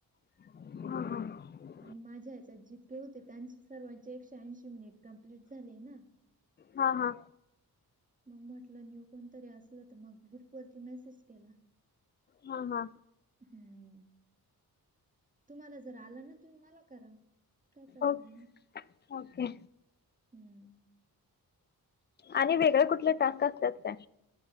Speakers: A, on the left; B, on the right.
A: हा, हा. हां.
B: आणि माझ्या ह्याच्यात जितके होते त्यांचे सर्वांचे एकशे ऐंशी मिनिट कंप्लीट झाले ना.
A: हा, हा.
B: मग म्हटलं न्यू कोणतरी असलं तर मग ग्रुप वरती मेसेज केला.
A: हा, हा.
B: हुं.. तुम्हांला जर आला ना, तुम्ही मला करा. काही प्रॉब्लेम
A: ओक...
B: नाही
A: ओके.
B: हम्म
A: आणि वेगळे कुठले टास्क असत्यात काय?